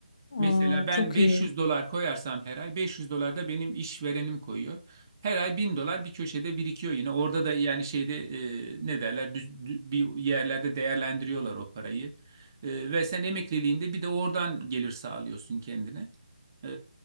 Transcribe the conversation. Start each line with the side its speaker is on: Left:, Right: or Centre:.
Left: Aa,
Right: Mesela ben
Left: çok
Right: 500
Left: iyi.
Right: dolar koyarsam her ay 500 dolar da benim işverenim koyuyor. Her ay 1000 dolar bir köşede birikiyor yine. Orada da yani şeyde e, ne derler düz, dü- bir yerlerde değerlendiriyorlar o parayı. E, ve sen emekliliğinde bir de oradan gelir sağlıyorsun kendine. E,